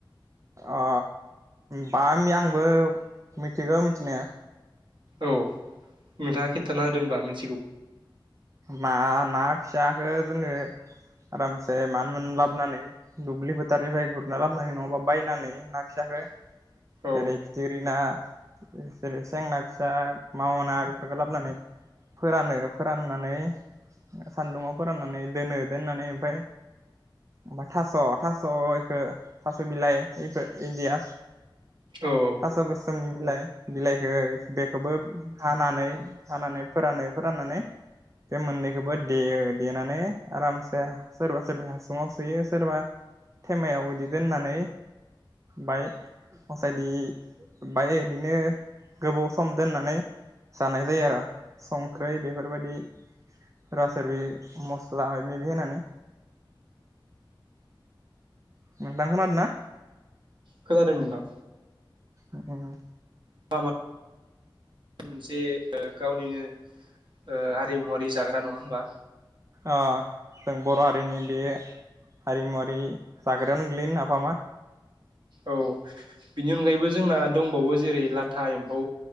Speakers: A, on the right; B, on the right.
A: अ बामि आंबो मिथिगौ मिथिनाया।
B: औ नोंथां खिनथाना होदो होनबा मि
A: मा ना फिसाखौ जोङो आरामसे मानो मोन लाबोनानै दुब्लि फोथारनिफ्राय गुरना लाबोनानै नङाबा बायनानै ना फिसाखो
B: औ
A: ओरै फिथिग्रि ना जेरै सेंना फिसा मावना बेफोरखौ लाबोनानै फोरानो फोराननानै ओ सान्दुंआव फोराननानै दोनो दोननानै ओमफाय ओमफाय थास' थास' इखो थास' बिलाइ इखो इदिया
B: औ
A: दास गोसो मनि बिलाइ बिलाइखो बेखोबो हानानै हानानै फोरानो फोराननानै बे मोननैखौबो देयो देनानै आरामसे सोरबा सोरबा हासुङाव सुयो सोरबा थेमायाव इदि दोननानै बाय हसायदि बाय इदिनो गोबाव सम दोननानै जानाय जायो आरो संख्रै बेफोरबायदि रासार मस्ला मायबा मायबि होनानै नोंथां खोनादोंना
B: खोनादों नोंथां
A: उम
B: <unintelligible> मोनसे ओ गावनिनो ओ हारिमुवारि जाग्रा नङा होमबा
A: अ जों बर' हारिनि बे हारिमुवारि जाग्रायावनो गोलयो नाफामा
B: औ बिनि अनगायैबो जोंना दंबावो जेरै लाथा एम्फौ